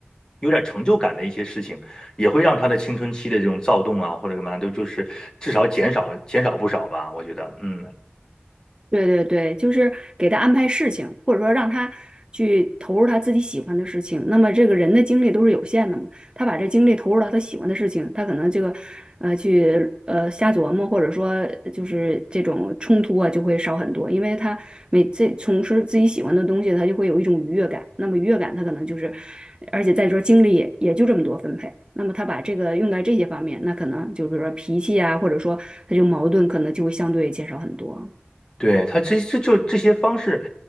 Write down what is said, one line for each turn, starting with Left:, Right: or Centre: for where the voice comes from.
Left: 有点成就感的一些事情，也会让他的青春期的这种躁动啊或者干嘛都就是至少减少减少不少吧，我觉得，嗯，
Right: 对对对，就是给他安排事情，或者说让他去投入他自己喜欢的事情。那么这个人的精力都是有限的嘛，他把这精力投入到他喜欢的事情，他可能这个呃去呃瞎琢磨，或者说就是这种冲突啊就会少很多，因为他每次从事自己喜欢的东西，他就会有一种愉悦感。那么愉悦感，他可能就是，而且再说精力也也就这么多分配。那么他把这个用在这些方面，那可能就比如说脾气啊，或者说他就矛盾，可能就会相对减少很多。
Left: 对，他这这就这些方式，